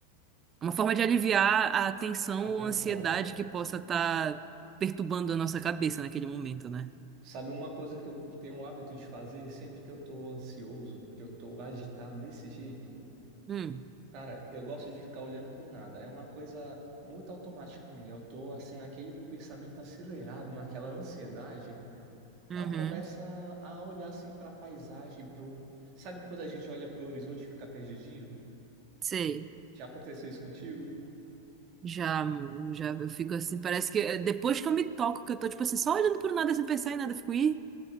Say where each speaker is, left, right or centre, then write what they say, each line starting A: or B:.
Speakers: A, on the right (about 25°); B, on the right (about 40°).
A: uma forma de aliviar a tensão
B: Atenção.
A: ou ansiedade que possa estar perturbando a nossa cabeça naquele momento, né?
B: Sabe uma coisa que eu tenho o hábito de fazer sempre que eu tô ansioso, que eu tô agitado desse jeito?
A: Hum,
B: Cara, eu gosto de ficar olhando pro nada. É uma coisa muito automática minha. Eu tô assim naquele pensamento acelerado, naquela ansiedade.
A: uhum,
B: Não começa a olhar assim pra paisagem, pro... Sabe quando a gente olha pro horizonte e fica perdidinho?
A: sei.
B: Já aconteceu isso contigo?
A: Já, mano, já eu fico assim, parece que é, depois que eu me toco, que eu tô, tipo assim, só olhando pro nada sem pensar em nada, eu fico, ih,